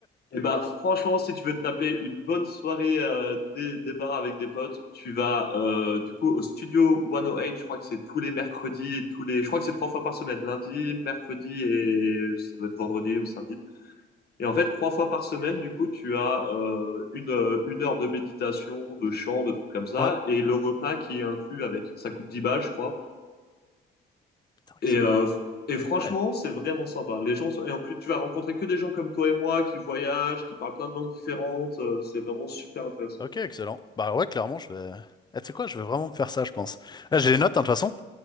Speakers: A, on the left (about 55°); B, on the left (about 20°).
A: Et bah, franchement, si tu veux te taper une bonne soirée euh, des des bars avec des potes, tu vas, euh, du coup, au studio 108, je crois que c'est tous les mercredis et tous les... Je crois que c'est trois fois par semaine, lundi, mercredi et ça doit être vendredi ou samedi. Et en fait, trois fois par semaine, du coup, tu as euh, une, euh, une heure de méditation, de chant, de trucs comme ça,
B: Ouais,
A: et le repas qui est inclus avec. Ça coûte 10 balles, je crois.
B: putain, excellent.
A: Et, euh, et franchement,
B: Ouais,
A: c'est vraiment sympa. Les gens sont... Et en plus, tu vas rencontrer que des gens comme toi et moi qui voyagent, qui parlent plein de langues différentes. Euh, C'est vraiment super intéressant.
B: ok, excellent. Bah ouais, clairement, je vais. Eh, tu sais quoi, je vais vraiment me faire ça, je pense. Là, j'ai les notes, hein, de toute façon.